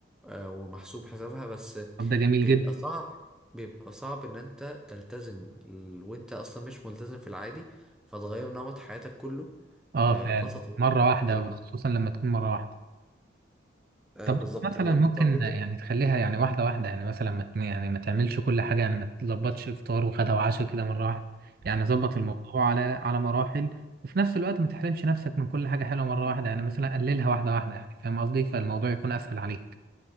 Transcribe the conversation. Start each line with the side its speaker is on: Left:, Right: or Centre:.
Centre: آه، ومحسوب حسابها بس
Right: طب ده جميل
Centre: بيبقى
Right: جدا
Centre: صعب بيبقى صعب ان انت تلتزم ال- وانت اصلا مش ملتزم في العادي فتغير نمط حياتك كله
Right: اه
Centre: آه،
Right: فعلا
Centre: فتره طويله
Right: مرة واحدة
Centre: في الم...
Right: خصوصا لما تكون مرة واحدة
Centre: آه،
Right: طب
Centre: بالظبط
Right: مثلا
Centre: الموضوع
Right: ممكن
Centre: بيكون صعب جدا
Right: يعني تخليها يعني واحدة واحدة يعني مثلا ما ت- يعني ما تعملش كل حاجة يعني ما تلخبطش إفطار وغدا وعشاء كده مرة واحدة يعني ظبط
Centre: مم.
Right: الموضوع على على مراحل وفي نفس الوقت ما تحرمش نفسك من كل حاجة حلوة مرة واحدة يعني مثلا قللها واحدة واحدة يعني فاهم قصدي فالموضوع يكون أسهل عليك